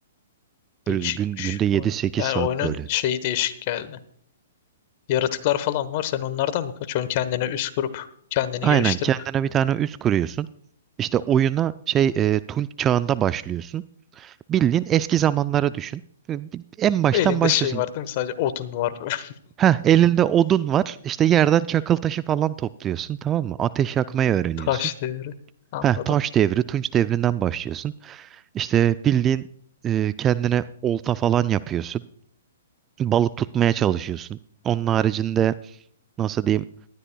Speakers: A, on the right; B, on the left.
A: Böyle
B: Değişikmiş
A: gün, günde yedi
B: oyun.
A: sekiz
B: Yani
A: saat
B: oyunun
A: böyle.
B: şeyi değişik geldi. Yaratıklar falan var. Sen onlardan mı kaçıyorsun? Kendine üst kurup, kendini
A: Aynen
B: geliştirip.
A: kendine bir tane üs kuruyorsun. İşte oyuna şey e, Tunç çağında başlıyorsun. Bildiğin eski zamanlara düşün. E, bi- En baştan
B: Elinde
A: başlıyorsun.
B: şey var değil mi? Sadece odun var. <laughs>
A: Heh, elinde odun var. İşte yerden çakıl taşı falan topluyorsun tamam mı? Ateş yakmayı öğreniyorsun.
B: Taş devri. Anladım.
A: Heh, taş devri, Tunç devrinden başlıyorsun. İşte bildiğin e, kendine olta falan yapıyorsun. Balık tutmaya çalışıyorsun. Onun haricinde nasıl diyeyim